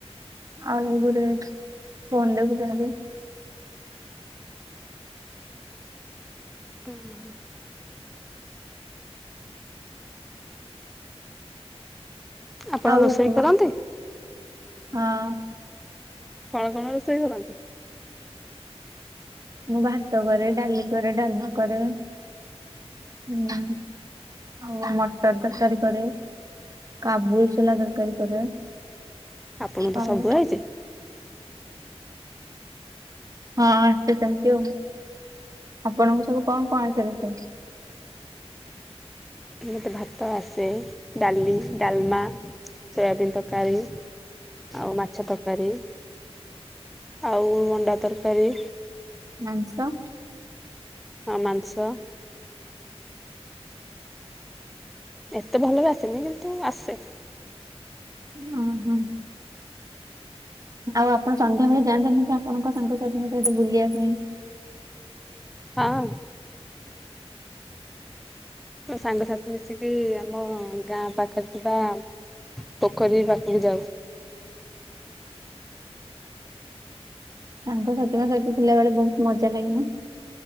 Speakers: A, on the right; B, in the centre.
A: ଆଉ ଗୁରେ ଫୋନ ଦେଖୁଛନ୍ତି।
B: ହୁଁ ହୁଁ। ଆପଣ
A: ଆଉ
B: ରୋଷେଇ
A: ଉପମା
B: କରନ୍ତି?
A: ହଁ।
B: କଣ କଣ ରୋଷେଇ କରନ୍ତି?
A: ମୁଁ ଭାତ କରେ ଡାଲି କରେ ଡାଲମା କରେ। <unintelligible> ହୁଁ ଆଉ ମଟର ତରକାରୀ କରେ। କାବୁଲ ସୋଲା ତରକାରୀ କରେ।
B: ଆପଣଙ୍କୁ ତ
A: ଆଉ
B: ସବୁ ଆଇଛି।
A: ହଁ ଆସେ ସେମିତି ଆଉ ଆପଣଙ୍କୁ ସବୁ କଣ କଣ ଆସେ ରୋଷେଇ?
B: ମତେ ଭାତ ଆସେ ଡାଲି ଡାଲମା ସୋୟାବିନ ତକାରୀ। ଆଉ ମାଛ ତରକାରୀ ଆଉ ଅଣ୍ଡା ତରକାରୀ।
A: ମାଂସ?
B: ହଁ ମାଂସ। ଏତେ ଭଲରେ ଆସେନି କିନ୍ତୁ ଆସେ।
A: ଉଁ ହୁଁ ହୁଁ। ଆଉ ଆପଣ ସନ୍ଧ୍ୟାବେଳେ ଯାଆନ୍ତି ନି କି ଆପଣଙ୍କ ସାଙ୍ଗସାଥି ଙ୍କ ସହିତ ବୁଲିଆ ପାଇଁ?
B: ହଁ। ମୋ ସାଙ୍ଗସାଥି ମିଶିକି ଆମ ଗାଁ ପାଖରେ ଥିବା ପୋଖରୀ ର ପାଖକୁ ଯାଉ।
A: ସାଙ୍ଗ ସାଥିଙ୍କ ସହିତ ଥିଲାବେଳେ ବହୁତ ମଜା ଲାଗେ ନା?